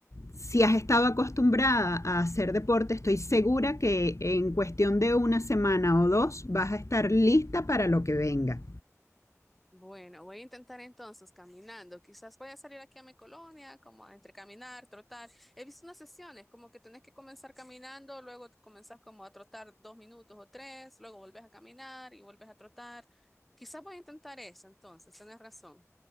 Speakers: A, on the left; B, in the centre.
A: si has estado acostumbrada a hacer deporte, estoy segura que en cuestión de una semana o dos vas a estar lista para lo que venga.
B: Bueno, voy a intentar entonces caminando. Quizás voy a salir aquí a mi colonia, como a entre caminar, trotar. He visto unas sesiones, como que tenés que comenzar caminando, luego comenzás como a trotar dos minutos o tres, luego volvés a caminar y volvés a trotar. Quizás voy a intentar eso entonces, tenés razón.